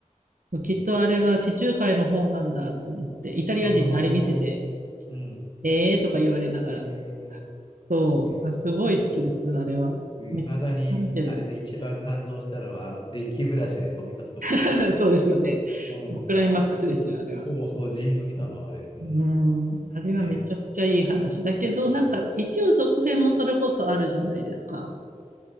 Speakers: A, on the right; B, on the left.
A: きっとあれは地中海の方なんだと思って、
B: ね、
A: イタリア人にあれ見せて、
B: ああ、うん。
A: えーとか言われながら。
B: へえ、
A: そう、
B: ね、
A: あ、すごい好きです、
B: そ
A: あれは。
B: う。いまだに、
A: めっちゃ見てる。
B: あれで一番感動したのは、あの、デッキブラシで飛び立つとこで。
A: <laughs> そうですよね。
B: うん。
A: クライマックスですよ、
B: あれ、
A: あれは。
B: そうそう、ジーンときたな、あれ。うん。
A: うん。あれはめちゃくちゃいい話だけど、
B: ね、そう。
A: なんか一応続編もそれこそあるじゃないですか。